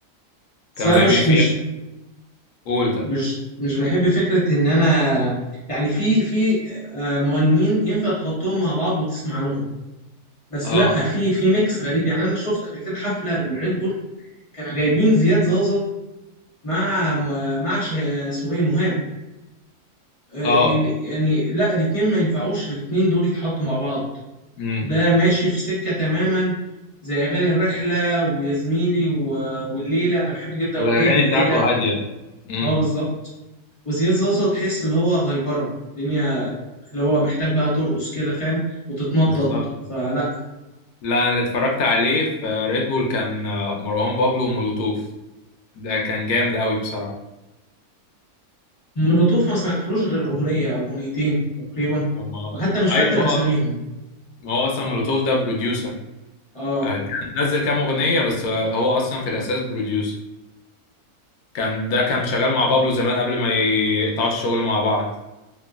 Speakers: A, on the left (about 25°); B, on the left (about 85°).
A: بس
B: كانوا
A: انا
B: جايبين
A: مش
B: فيها
A: مش
B: قول ده
A: مش مش بحب فكره ان انا يعني في في آه، مغنيين ينفع تحطهم مع بعض وتسمع لهم بس
B: اه
A: لا في في ميكس غريب يعني انا شفت قبل كده حفله للريد بول كانوا جايبين زياد زازا مع مع شه... اسمه ايه مهاب آه،
B: اه
A: ال- يعني لا الاتنين ما ينفعوش الاتنين دول يتحطوا مع بعض
B: امم
A: ده ماشي في سكة تماما زي أغاني الرحلة ويا زميلي و- والليلة أنا بحب جدا أغنية
B: الاغاني
A: الليلة
B: بتاعته هادية امم
A: اه بالظبط وزياد زوزة تحس إن هو هايبرة الدنيا اللي هو محتاج بقى ترقص كده فاهم وتتنطط
B: بالظبط
A: فلا
B: لا انا اللي اتفرجت عليه في ريد بول كان مروان بابلو ومولوتوف ده كان جامد قوي بصراحه
A: مولوتوف ما سمعتلوش غير أغنية أو أغنيتين تقريبا
B: هم
A: وحتى مش
B: ايوه
A: فاكر
B: ما هو
A: أساميهم
B: ما هو اصلا مولوتوف ده بروديوسر
A: اه
B: كان نزل كام اغنيه بس هو اصلا في الاساس بروديوسر كان ده كان شغال مع بابلو زمان قبل ما يقطعوا الشغل مع بعض